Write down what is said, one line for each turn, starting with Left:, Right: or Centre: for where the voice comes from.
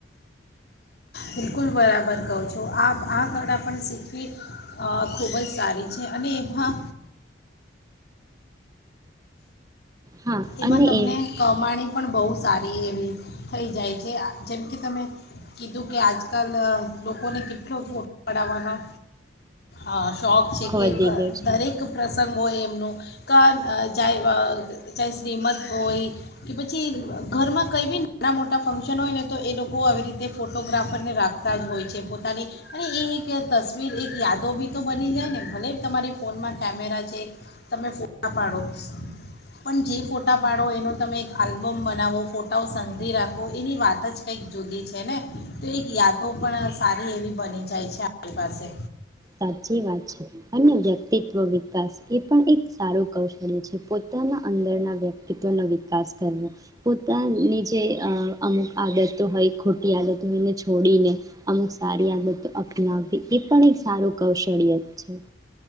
Left: બિલકુલ બરાબર કહું છો આ આ કળા પણ શીખવી ખૂબ જ સારી છે. અને <inaudible> હા
Right: હા
Left: એમાં
Right: અને
Left: તમને
Right: એ
Left: કમાણી પણ બહુ સારી એવી થઈ જાય છે જેમ કે તમે કીધું કે આજકાલ લોકોને કેટલો ફોટો પાડાવવાના અ શોખ છે કે
Right: વધી ગયો છે
Left: દરેક પ્ર સંગ હો એમનું ક જાય ચાહે શ્રીમત હોય કે પછી ઘરમાં કંઈ બી નાના મોટા ફંક્શન હોય ને તો એ લોકો આવી રીતે ફોટોગ્રાફરને રાખતા જ હોય છે પોતાની અને એ એક તસવીર એક યાદો બી તો બની જાય ને ભલે તમારી ફોનમાં કેમેરા છે તમે ફોટા પાડો પણ જે ફોટા પાડો એનો તમે એક આલ્બમ બનાવો ફોટાઓ સંધી રાખો એની વાત જ કંઈક જુદી છે ને તો એક યાદો પણ સારી એવી બની જાય છે આપણી પાસે
Right: સાચી વાત છે અને વ્યક્તિત્વ વિકાસ એ પણ એક સારું કૌશલ્ય છે પોતાના અંદરના વ્યક્તિત્વનો વિકાસ કરવો પોતાની જે અમુક આદતો હોય ખોટી આદતોય એને છોડીને અમુક સારી આદતો અપનાવવી એ પણ એક સારું કૌશળિય જ છે.